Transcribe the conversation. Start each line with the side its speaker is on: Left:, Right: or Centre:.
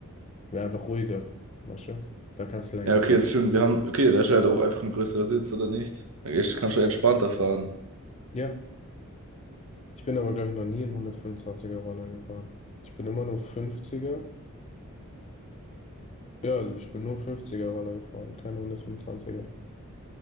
Left: ja, einfach ruhiger, weißt du? Da kannst du länger
Right: Ja,
Left: fahren.
Right: okay, das stimmt. Wir haben, okay, da ist ja halt auch einfach ein größerer Sitz, oder nicht? Da gehst- kannst du entspannter fahren.
Left: Ja, ich bin aber, glaube ich, noch nie einen hundertfünfundzwanziger er Roller gefahren. Ich bin immer nur fünfziger. Ja, also ich bin nur 50er-Roller gefahren, keine 125er.